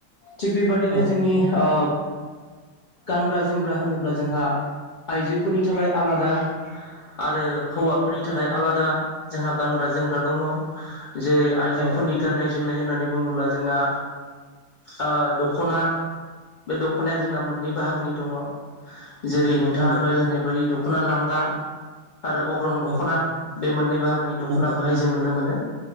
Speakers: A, on the left; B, on the right.
A: थिग बेबादिनो
B: औ
A: जोंनि ओ गानग्रा-जोमग्रा होनोब्ला जोंहा आइजोफोरनि थाखाय आलादा आरो हौवाफोरनि थाखाय आलादा जोंहा गानग्रा-जोमग्रा दङ' जेरै आइजोफोरनि
B: औ
A: गाननाय-जोमनाय होननानै बुङोब्ला जोंना ओ दख'ना बे दख'नाया जोंना मोननै बाहागोनि दङ' जेरै नोंथाङा
B: नंगौ
A: दहाय होननाय बायदि दख'ना लांगा आरो अग्रं दख'ना
B: औ
A: बे मोननै बाहागोनि दख'नाखौहाय
B: नंगौ
A: जों नुनो मोनो